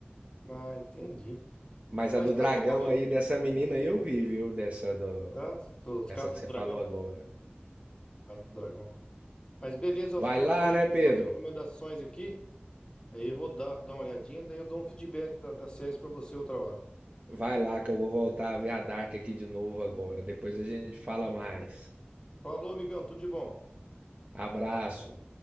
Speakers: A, on the left (about 20°); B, on the right (about 35°).
A: Ah, entendi.
B: Mas a
A: Mas
B: do
A: tá
B: dragão
A: bom, amigo.
B: aí, dessa menina aí eu vi, viu? Dessa do...
A: Ah, do,
B: Essa
A: caso
B: que você
A: do dragão.
B: falou agora.
A: Caso do dragão. Mas beleza,
B: Vai
A: eu anotei
B: lá, né,
A: aqui
B: Pedro?
A: suas recomendações aqui. Aí eu vou dar, dar uma olhadinha, daí eu dou um feedback da, da série pra você outra hora.
B: Vai lá que eu vou voltar a ver a Dark aqui de novo agora. Depois a gente fala mais.
A: Falou, amigão, tudo de bom.
B: Abraço.